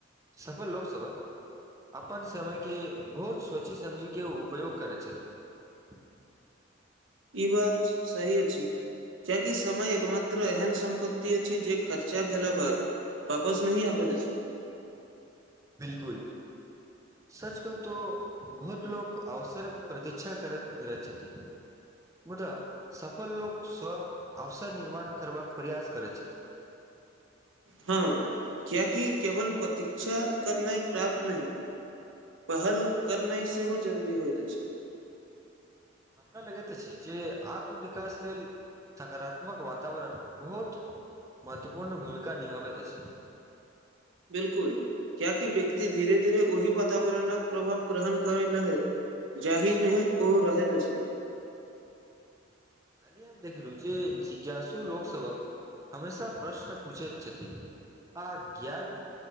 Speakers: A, on the right (about 15°); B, on the right (about 85°).
A: सफल लोक सेवक अपन समयके बहुत सोचि समझिके उपयोग करैत छथिन ह
B: ई बात सही अछि कियाकि समय एकमात्र एहन सम्पत्ति अछि जे खर्चा भेला बाद वापस नहि आबै दय छी
A: बिलकुल सच कहु तो बहुत लोक अवसर क प्रतिक्षा करैत रह छथि मुदा सफल लोक स्वयं अवसर निर्माण करबाक प्रयास करैत छथि <inaudible>
B: हँ क्यकि केवल प्रतीक्षा करनाइ प्राप्त नही पहल करनाइ सेहो जरूरी होइत अछि
A: हमरा लगैत त अछि जे आत्मविकास लेल सकारात्मक वातावरण बहुत महत्वपूर्ण भूमिका निभाबैत अछी
B: बिलकुल किया कि व्यक्ति धीरे धीरे ओहि वातावरणक प्रभाव ग्रहण करै लैहत जाहिर मे ओ रहैत अछि
A: काली हम देखलु जे जिज्ञासु लोक सेवक हमेशा प्रश्न पूछे छथि आ ज्ञान